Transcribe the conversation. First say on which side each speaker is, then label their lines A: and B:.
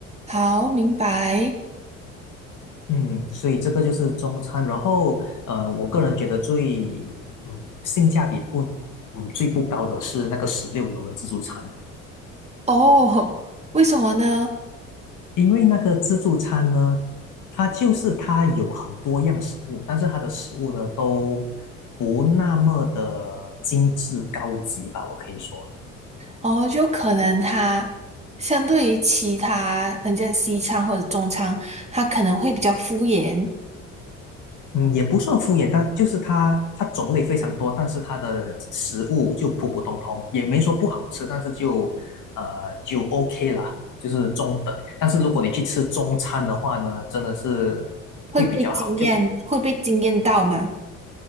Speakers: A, on the right; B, on the left.
A: 好，明白。
B: 嗯，所以这个就是中餐。然后，呃，我个人觉得最，嗯，性价比不，嗯，最不高的是那个十六楼的自助餐。
A: 哦，为什么呢？
B: 因为那个自助餐呢，它就是它有很多样食物，但是它的食物呢都不那么的精致高级吧，我可以说，
A: 哦，就可能它相对于其他人像西餐或者中餐，它可能会比较敷衍，
B: 嗯，也不算敷衍，但就是它它种类非常多，但是它的食物就普普通通，也没说不好吃，但是就呃就 OK 了，就是中等。但是如果你去吃中餐的话呢，真的是会比较好，
A: 会被惊艳，
B: 就
A: 会被惊艳到嘛？